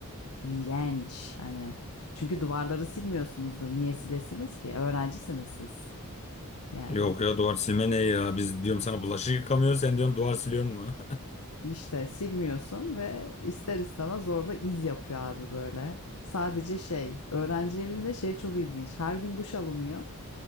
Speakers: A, on the left; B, on the left.
A: İğrenç hani. Çünkü duvarları silmiyorsunuzdur. Niye silesiniz ki? Öğrencisiniz siz. Yani
B: Yok ya duvar silme ne ya? Biz diyorum sana bulaşık yıkamıyoruz sen diyorsun duvar siliyorsun mu?
A: işte silmiyorsun ve ister istemez orada iz yapıyor abi böyle. Sadece şey, öğrenci evinde şey çok ilginç. Her gün duş alınıyor